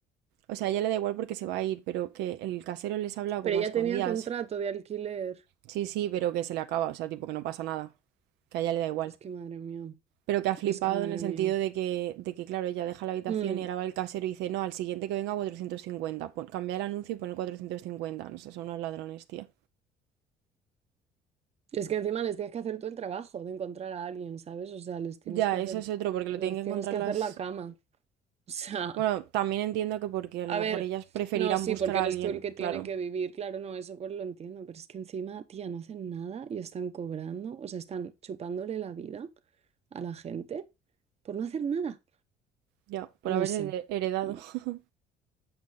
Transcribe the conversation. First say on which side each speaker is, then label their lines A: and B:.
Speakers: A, on the right (about 90°); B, on the right (about 40°).
A: O sea, a ella le da igual porque se va a ir, pero que el casero les ha hablado
B: Pero
A: como
B: ya
A: a escondidas.
B: tenía contrato de alquiler.
A: Sí, sí, pero que se le acaba, o sea, tipo que no pasa nada, que a ella le da igual.
B: Es que madre mía,
A: pero que ha flipado
B: es que madre
A: en el sentido
B: mía.
A: de que, de que, claro, ella deja la habitación
B: Mm.
A: y ahora va el casero y dice, no, al siguiente que venga 450, pon, cambia el anuncio y pon cuatrocientos cincuenta no sé, son unos ladrones, tía.
B: Es que encima les tienes que hacer tú el trabajo de encontrar a alguien, ¿sabes? O sea, les tienes
A: Ya,
B: que hacer
A: eso es
B: tú,
A: otro, porque lo
B: les
A: tienen que
B: tienes
A: encontrar
B: que
A: las...
B: hacer la cama. <laughs> O sea,
A: Bueno, también entiendo que porque a
B: a
A: lo mejor
B: ver,
A: ellas preferirán
B: no, sí,
A: buscar
B: porque
A: a
B: eres
A: alguien,
B: tú el que tiene
A: claro,
B: que vivir, claro, no, eso pues lo entiendo, pero es que encima, tía, no hacen nada y están cobrando, o sea, están chupándole la vida a la gente por no hacer nada.
A: ya, por
B: No
A: haber
B: sé.
A: heredado,
B: Mm.
A: <laughs>